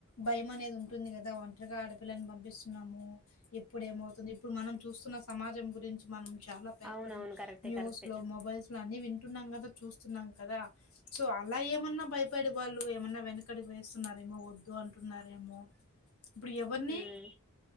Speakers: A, on the left; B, in the centre.
A: భయం అనేది ఉంటుంది కదా ఒంటరిగా ఆడపిల్లని పంపిస్తున్నాము ఎప్పుడేమవుతుంది ఇప్పుడు మనం చూస్తున్న సమాజం గురించి మనం చాలా
B: అవునవును కరెక్టే
A: న్యూస్
B: కరెక్టే
A: లో మొబైల్స్ లో అన్ని వింటున్నాం కదా చూస్తున్నాం కదా సో అలా ఏమన్నా భయ ప్పడి వాళ్ళు ఏమన్నా వెనకడు వేస్తున్నారేమో వద్దు అంటున్నారేమో ఇప్పుడు ఎవరిని
B: మ్మ్